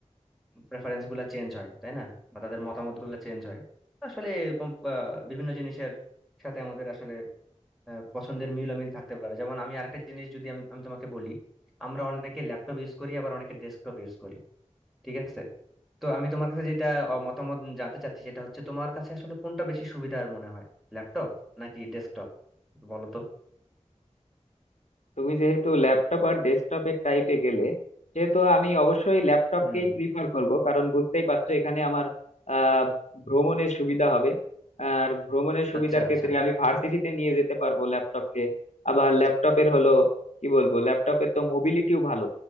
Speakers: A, in the centre; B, on the left.
A: প্রেফারেন্স গুলা চেঞ্জ হয় তাই না বা তাদের মতামত গুলা চেঞ্জ হয় আসলে এরকম আহ, বিভিন্ন জিনিসের সাথে আমাদের আসলে আহ, পছন্দের মিল অমিল থাকতে পারে যেমন আমি আরেকটা জিনিস যদি আমি আমি তোমাকে বলি আমরা অনেকে ল্যাপটপ ইউজ করি আবার অনেকে ডেস্কটপ ইউজ করি ঠিক আছে তো আমি তোমার কাছে যেটা অ, মতামত জানতে চাচ্ছি সেটা হচ্ছে তোমার কাছে আসলে কোনটা বেশি সুবিধার মনে হয় ল্যাপটপ নাকি ডেস্কটপ বলো তো
B: তুমি যেহেতু ল্যাপটপ আর ডেস্কটপের টাইপে গেলে সেহেতু আমি অবশ্যই ল্যাপটপকেই
A: হুম
B: প্রিফার করব কারণ বুঝতেই পারছো এখানে আমার আহ ভ্রমণের সুবিধা হবে আর ভ্রমণের সুবিধার
A: আচ্ছা আচ্ছা
B: ক্ষেত্রে আমি ভার্সিটিতে নিয়ে যেতে পারবো ল্যাপটপকে আবার ল্যাপটপের হলো কি বলবো ল্যাপটপের তো মোবিলিটিও ভালো